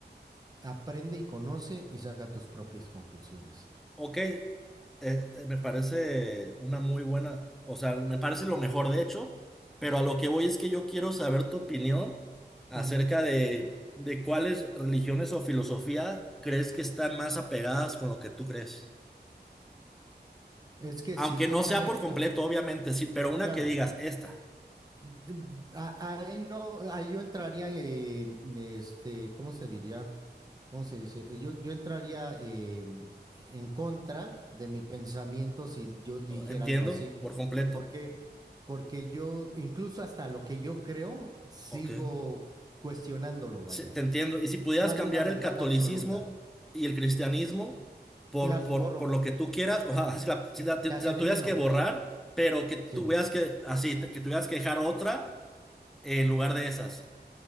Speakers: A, on the right; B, in the centre.
A: aprende y conoce y saca tus propias conclusiones.
B: Ok, eh, eh, me parece una muy buena, o sea, me parece lo mejor de hecho, pero a lo que voy es que yo quiero saber tu opinión acerca
A: Ujú.
B: de, de cuáles religiones o filosofía crees que están más apegadas con lo que tú crees.
A: Es que
B: Aunque
A: si yo
B: no
A: manejo,
B: sea por completo, obviamente, sí, pero una
A: claro,
B: que digas, esta.
A: Mm, a- Ahí no, ahí yo entraría en, este, ¿cómo se diría? ¿Cómo se dice? Eh, Yo, yo entraría em, en contra de mi pensamiento si yo dijera
B: Ujú. Entiendo,
A: algo así.
B: por completo.
A: ¿Por qué? Porque yo, incluso hasta lo que yo creo, sigo
B: Ok.
A: cuestionándolo, vaya.
B: Sí, te entiendo. Y si pudieras
A: No hay
B: cambiar
A: una verdad
B: el catolicismo
A: absoluta.
B: y el cristianismo por,
A: Las
B: por,
A: borro,
B: por lo que tú quieras, <laughs> o sea, si la, si la- si
A: las
B: la
A: elimino.
B: tuvieras que borrar, pero que tuvieras
A: Sí.
B: que, así, te- que tuvieras que dejar otra en lugar de esas,